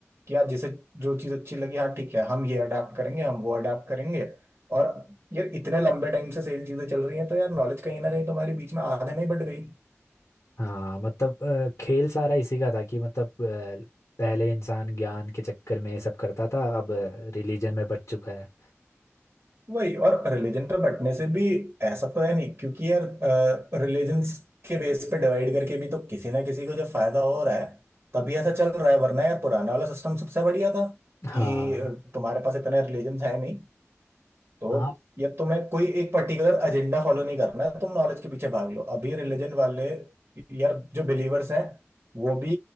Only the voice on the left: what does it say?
हाँ मतलब अ, खेल सारा इसी का था कि मतलब अ, पहले इंसान ज्ञान के चक्कर में ये सब करता था अब रिलीजन में बच चुका है
हाँ
हाँ